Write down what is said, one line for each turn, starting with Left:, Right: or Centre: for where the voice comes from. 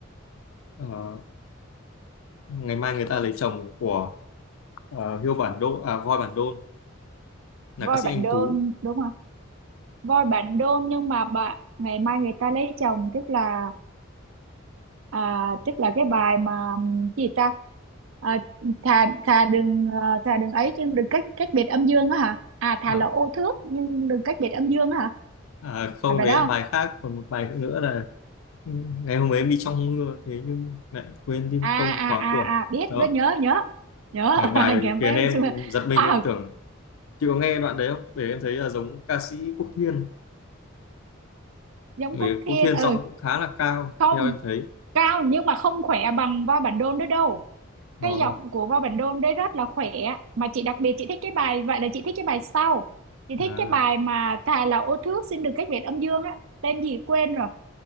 Left: ờ, Ngày mai người ta lấy chồng của ờ, Hiêu Bản Đôn à Voi Bản Đôn là
Right: voi
Left: ca sĩ
Right: bạn
Left: Anh
Right: đôn
Left: Tú.
Right: đúng không voi bạn đôn nhưng mà bà, ngày mai người ta lấy chồng tức là à, tức là cái bài mà ừm, cái gì ta à, thà thà đừng ờ, thà đừng ấy chứ đừng cách cách biệt âm dương á hả à thà
Left: Ờ,
Right: là ô thước nhưng đừng cách biệt âm dương á hả
Left: À, không
Right: phải bài
Left: đấy
Right: đó
Left: là bài
Right: không
Left: khác còn một bài nữa là ừ, ngày hôm ấy em đi trong mưa thế nhưng lại quên tim
Right: à
Left: không
Right: à
Left: khóa
Right: à
Left: cửa
Right: à biết
Left: đó
Right: rất nhớ nhớ nhớ
Left: mà
Right: <laughs>
Left: bài
Right: à, ngày mấy
Left: khiến em
Right: mình chưa
Left: giật mình
Right: à
Left: em tưởng chị có nghe đoạn đấy không để em thấy là giống ca sĩ Quốc Thiên
Right: giống
Left: vì
Right: Quốc
Left: Quốc
Right: Thiên
Left: Thiên
Right: ừ
Left: giọng cũng khá là cao
Right: không
Left: theo em thấy
Right: cao nhưng mà không khỏe bằng voi bản đôn nữa đâu
Left: đó
Right: cái giọng của Võ Bản Đôn đấy rất là khỏe mà chị đặc biệt chị thích cái bài vậy là chị thích cái bài sau chị thích
Left: à,
Right: cái bài mà thà là ô thước xin được cách biệt âm dương á tên gì quên rồi